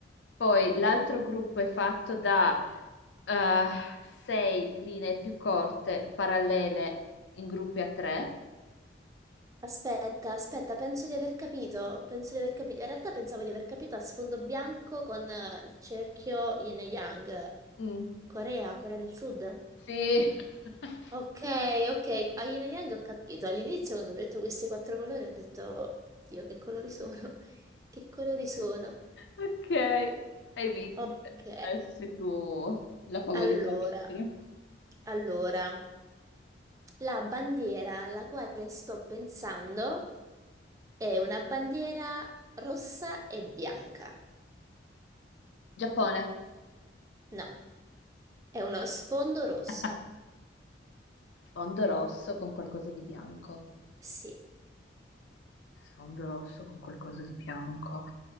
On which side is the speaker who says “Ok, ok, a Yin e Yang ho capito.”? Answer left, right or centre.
Right